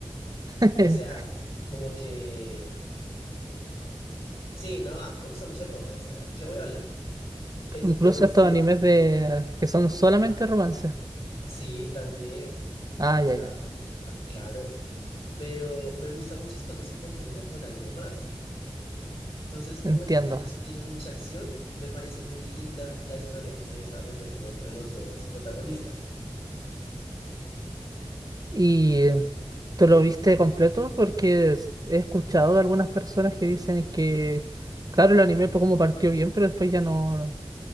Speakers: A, on the right (about 40°); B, on the left (about 65°).
A: <laughs> Inc-
B: O sea, como que... Sí, no, a mí me gusta mucho el romance. A ver, ¿qué voy a hablar? Entonces,
A: Incluso estos animes de que son solamente romances.
B: sí, también.
A: Ah,
B: O
A: ya,
B: sea,
A: ya.
B: ta- claro. Pero me gusta mucho es cuando se combina con algo más. Entonces, como
A: Entiendo.
B: en este caso tiene mucha acción, me parece muy linda la historia que se desarrolló como entre los dos protagonistas.
A: ¿Y eh, tú lo viste completo? Porque es- he escuchado de algunas personas que dicen que, claro, el anime por como partió bien, pero después ya no,